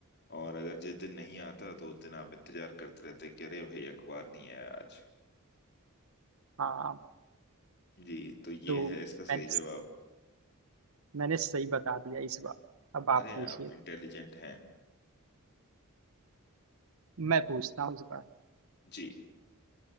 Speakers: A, on the left (about 50°); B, on the right (about 70°).
A: और अगर जिस दिन नहीं आता तो उस दिन आप इंतजार करते रहते कि अरे भाई अखबार नहीं आया आज
B: हाँ
A: जी तो ये
B: तो
A: है
B: मैंने
A: इसका सही जवाब
B: मैंने सही बता दिया इस बार अब आप
A: अरे
B: पूछिए
A: आप इंटेलिजेंट हैं
B: मैं पूछता हूँ इस बार
A: जी